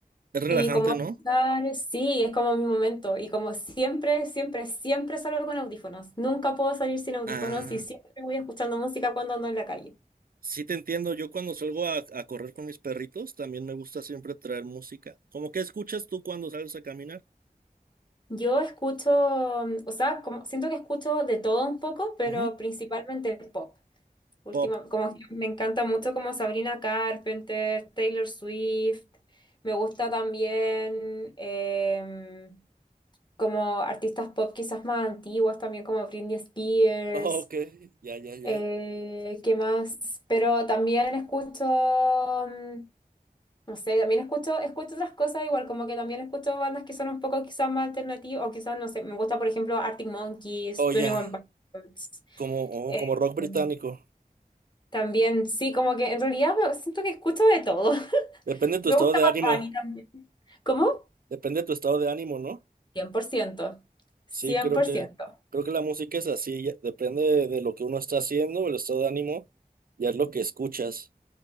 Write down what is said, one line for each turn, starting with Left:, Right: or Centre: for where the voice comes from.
Right: Es relajante,
Left: y como
Right: ¿no?
Left: escuchar, sí, es como mi momento. Y como siempre, siempre, siempre salgo con audífonos. Nunca puedo salir sin audífonos
Right: Ah,
Left: y siempre voy escuchando música cuando ando en la calle.
Right: sí te entiendo. Yo cuando salgo a, a correr con mis perritos, también me gusta siempre traer música. ¿Cómo que escuchas tú cuando sales a caminar?
Left: Yo escucho, mm, o sea, como, siento que escucho de todo un poco, pero
Right: Ujú.
Left: principalmente pop. Última,
Right: Pop. <laughs>
Left: como que me encanta mucho como Sabrina Carpenter, Taylor Swift. Me gusta también em, como artistas pop quizás más antiguas, también como Britney Spears.
Right: Oh, ok, ya, ya, ya.
Left: Eh, ¿qué más? Pero también escucho mm, no sé, también escucho, escucho otras cosas igual, como que también escucho bandas que son un poco quizás más alternativas, o quizás, no sé, me gusta, por ejemplo, Arctic Monkeys,
Right: Oh,
Left: Twenty
Right: ya.
Left: One Pilots.
Right: Como, oh,
Left: eh,
Right: como rock
Left: mm,
Right: británico.
Left: también, sí, como que en realidad me- siento que escucho de todo. <laughs>
Right: Depende de tu
Left: Me
Right: estado
Left: gusta
Right: de
Left: más
Right: ánimo.
Left: Bunny también. ¿Cómo?
Right: Depende de tu estado de ánimo, ¿no?
Left: cien cien por ciento cien
Right: Sí, creo
Left: por
Right: que,
Left: ciento
Right: creo que la música es así, ya- depende de, de lo que uno está haciendo, el estado de ánimo, ya es lo que escuchas,